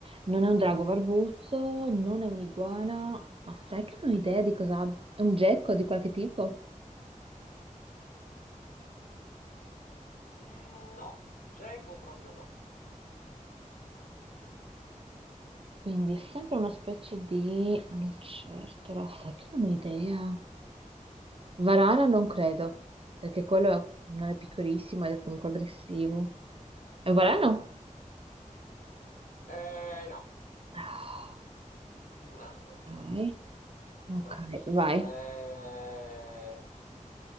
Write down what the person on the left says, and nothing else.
Mm, no, Geco proprio no.
Eh, no,
no, no, no.
no.
No.
Eh,